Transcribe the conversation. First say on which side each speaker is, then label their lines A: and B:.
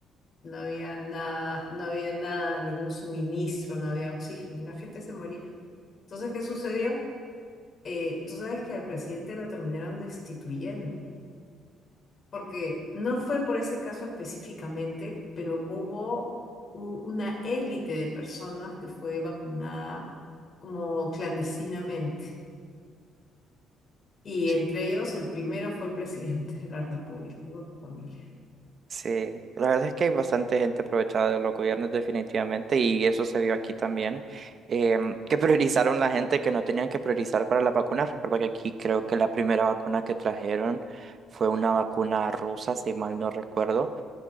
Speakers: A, on the left; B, on the right.
A: no había nada, no había nada, ningún suministro, no había oxígeno, la gente se moría. Entonces, ¿qué sucedió? eh, tú sabes que al presidente lo terminaron destituyendo, porque no fue por ese caso específicamente, pero hubo u- una élite de personas que fue vacunada como clandestinamente. Y
B: sí.
A: entre ellos, el primero fue el presidente de la República con su familia.
B: Sí, la verdad es que hay bastante gente aprovechada de los gobiernos definitivamente y eso se vio aquí también, em, que <laughs> priorizaron la gente que no tenían que priorizar para las vacunas. Recuerda que aquí creo que la primera vacuna que trajeron fue una vacuna rusa, si mal no recuerdo.